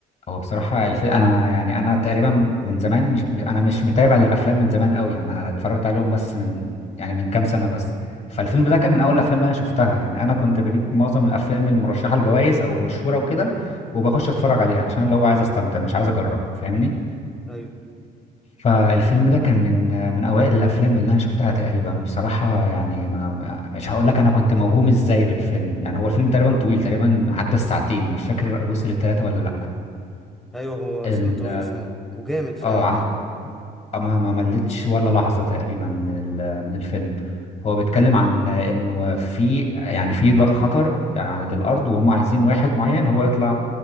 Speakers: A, on the left; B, in the centre.
A: هو بصراحة الف... أنا يعني أنا تقريبا من زمان مش أنا مش متابع للأفلام من زمان قوي يعني أنا اتفرجت عليهم بس من يعني من كام سنة بس فالفيلم ده كان من أول الأفلام اللي أنا شفتها يعني أنا كنت بجيب معظم الأفلام المرشحة لجوائز أو مشهورة وكده وبخش أتفرج عليها عشان لو عايز أستمتع مش عايز أجرب فاهمني
B: ايوه
A: فالفيلم ده كان من آه، من أوائل الأفلام اللي أنا شفتها تقريبا وبصراحة يعني ما ما- مش هقول لك أنا كنت موهوم إزاي بالفيلم يعني هو الفيلم تقريبا طويل تقريبا عدى الساعتين أنا مش فاكر وصل للتلاتة ولا
B: ايوه هو الفيلم
A: لأ
B: طويل فعلا وجامد فعلا
A: اه ع-
B: يعني
A: ما ما ملتش ولا لحظة تقريبا من ال- من الفيلم هو بيتكلم عن انه في يعني في ض- خطر يعني للارض وهم عايزين واحد معين هو يطلع